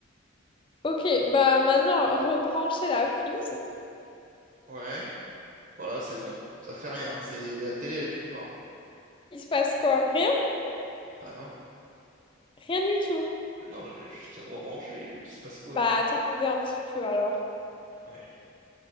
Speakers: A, on the left; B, on the right.
A: Ok, bah maintenant, rebranchez la prise.
B: ouais, voilà, c'est bon. Ça fait rien, c'est... La télé, elle est toute noire, là.
A: Il se passe quoi? Rien?
B: Bah non,
A: Rien du tout.
B: ah non, j'ai juste rebranché, oui, qu'il se passe quoi?
A: Bah, attendez un petit peu alors.
B: Ouais.